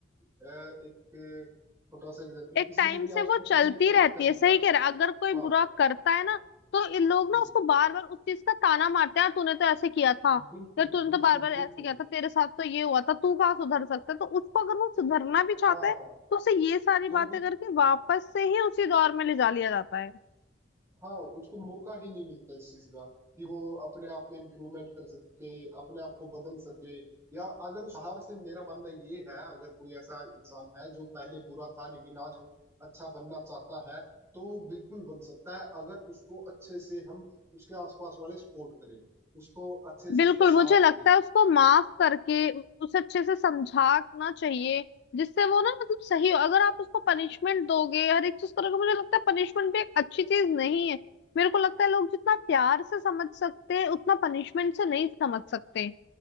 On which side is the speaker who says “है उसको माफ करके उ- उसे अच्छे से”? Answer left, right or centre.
Left